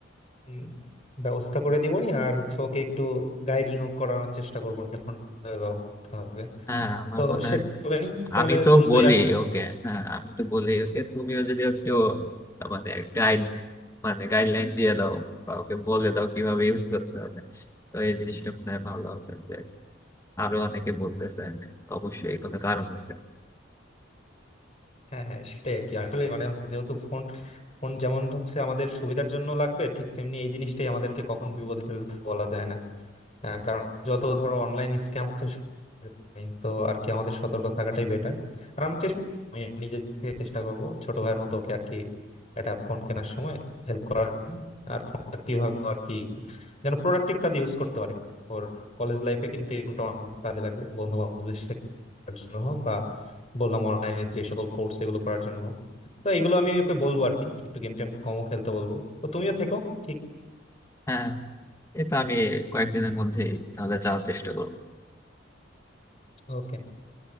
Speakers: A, on the left; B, on the left.
A: উম, ব্যবস্থা করে দিব নি আর হচ্ছে ওকে একটু গাইডিং করানোর চেষ্টা করবো ফোন ব্যবস্থা হবে
B: হ্যাঁ আমার
A: তো
B: মনে
A: সেটা
B: হয়
A: হবে নি তাহলে
B: আমি তো
A: দ্রুতই
B: বলি
A: আসো
B: ওকে হ্যাঁ আমি তো বলি ওকে তুমিও যদি একটু মানে গাইড মানে গাইডলাইন দিয়ে দাও বা ওকে বলে দাও কিভাবে ইউজ করতে হবে তো এই জিনিসটা মনে হয় ভালো হবে যে আরো অনেকে বলতেছে অবশ্যই কোনো কারণ আছে
A: হ্যাঁ হ্যাঁ সেটাই আর কি আসলে মানে হচ্ছে যেহেতু ফোন ফোন যেমন হচ্ছে আমাদের সুবিধার জন্য লাগবে ঠিক তেমনি এই জিনিসটাই আমাদেরকে কখন বিপদে ফেলতে বলা যায় না হ্যাঁ কারণ যত ধরো অনলাইন স্ক্যাম হচ্ছে সব নেই। তো আর কি আমাদের সতর্ক থাকাটাই বেটার আর আমি চেষ্টা আমি নিজে থেকে চেষ্টা করব ছোট ভাইয়ের মতো ওকে আর কি এটা ফোন কেনার সময় হেল্প করার জন্য। আর ফোনটা কিভাবে আর কি যেন প্রোডাক্টিভ কাজে ইউজ করতে পারে ওর কলেজ লাইফে কিন্তু এই ফোনটা অনেক কাজে লাগবে বন্ধু বান্ধবদের সাথে করার জন্য হোক বা বললাম অনলাইনে যে সকল কোর্স এগুলো করার জন্য হোক তো এগুলো আমি ওকে বলবো আর কি একটু গেম টেম কমও খেলতে বলবো তো তুমিও থেকো ঠিক
B: হ্যাঁ এটা আমি কয়েকদিনের মধ্যেই তাহলে যাওয়ার চেষ্টা করবো
A: ওকে